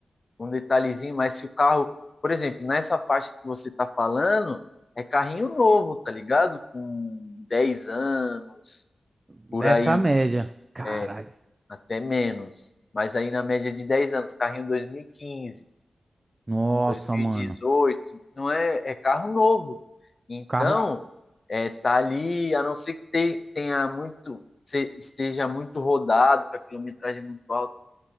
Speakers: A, on the left (about 40°); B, on the right (about 25°).
A: um detalhezinho, mas se o carro, por exemplo, nessa faixa que você está falando, é carrinho novo, tá ligado? Com 10 anos, por
B: Nessa
A: É, aí,
B: média. Caralho.
A: é, até menos. Mas aí na média de 10 anos, carrinho 2015,
B: Nossa,
A: 2018,
B: mano.
A: não é, é carro novo. tá. Então,
B: Carro.
A: é, tá ali, a não ser que te- tenha muito, se- esteja muito rodado, com a quilometragem muito alta,